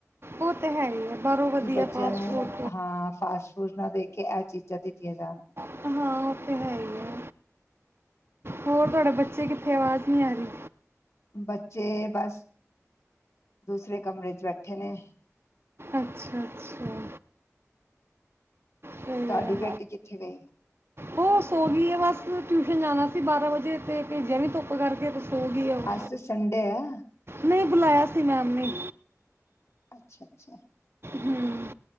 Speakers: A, on the right (about 50°); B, on the left (about 60°).
A: ਉਹ ਤੇ ਹੈ ਹੀ ਹੈ ਬਾਹਰੋਂ ਵਧੀਆ
B: ਕਿ ਬੱਚਿਆਂ
A: ਪਾਸਪੋਰਟ
B: ਨੂੰ ਹਾਂ ਫਾਸਟ ਫੂਡ ਨਾ ਦੇ ਕੇ ਇਹ ਚੀਜ਼ਾਂ ਦਿੱਤੀਆਂ ਜਾਣ।
A: ਹਾਂ, ਉਹ ਤੇ ਹੈ ਹੀ ਆ ਹੋਰ ਤੁਹਾਡੇ ਬੱਚੇ ਤੁਸੀ ਕਿੱਥੇ ਆਵਾਜ਼ ਨਹੀਂ ਆ ਰਹੀ
B: ਬੱਚੇ ਬਸ ਦੂਸਰੇ ਕਮਰੇ 'ਚ ਬੈਠੇ ਨੇ
A: ਅੱਛਾ, ਅੱਛਾ ਸਹੀ
B: ਤੁਹਾਡੀ
A: ਹੈ
B: ਬੇਟੀ ਕਿੱਥੇ ਗਈ
A: ਉਹ ਸੋ ਗਈ ਹੈ ਬਸ ਟਿਸ਼ਨ ਜਾਣਾ ਸੀ ਬਾਰਾਂ ਵਜੇ ਤੇ ਭੇਜਿਆ ਨੀ ਧੁੱਪ ਕਰਕੇ ਤੁਸੀ ਸੋਗੀ ਹੈ ਉਹ
B: ਅੱਜ ਸੰਡੇ ਆ
A: ਨਹੀਂ ਬੁਲਾਇਆ ਸੀ ਮੈਮ ਨੇ
B: ਅੱਛਾ, ਅੱਛਾ
A: ਹੁੰ